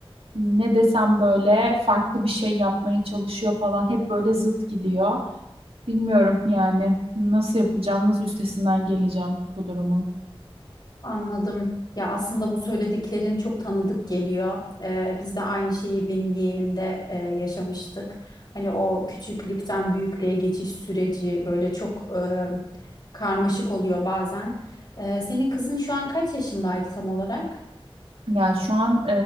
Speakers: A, on the right; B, on the left.
A: Ne desem böyle farklı bir şey yapmaya çalışıyor falan. Hep böyle zıt gidiyor. Bilmiyorum yani nasıl yapacağım, nasıl üstesinden geleceğim bu durumun.
B: Anladım. Ya aslında bu söylediklerin çok tanıdık geliyor. Ee, biz de aynı şeyi benim yeğenimde e, yaşamıştık. Hani o küçüklükten büyüklüğe geçiş süreci böyle çok e, karmaşık oluyor bazen. Ee, senin kızın şu an kaç yaşındaydı tam olarak?
A: Ya şu an